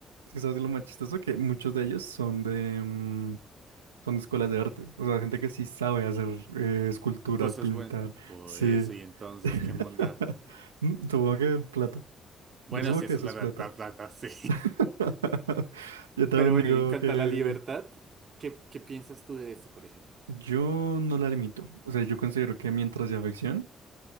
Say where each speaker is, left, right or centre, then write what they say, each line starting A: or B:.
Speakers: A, on the right (about 80°); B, on the right (about 45°).
A: Es que sabes lo más chistoso que muchos de ellos son de mm, son de escuelas de artes. O sea, gente que sí sabe hacer eh, escultura,
B: Cosas
A: pintar.
B: buenas, por
A: Sí.
B: eso, y entonces,
A: <laughs>
B: ¿qué monda?
A: Mm, Supongo que plata.
B: Bueno,
A: Yo supongo
B: sí,
A: que
B: eso
A: eso
B: es verdad,
A: es plata.
B: verdad, verdad, <laughs> sí.
A: <laughs> Yo también
B: Pero bueno,
A: digo
B: y en cuanto
A: que
B: a la libertad, ¿qué, qué piensas tú de eso, por ejemplo?
A: yo no la limito. O sea, yo considero que mientras sea ficción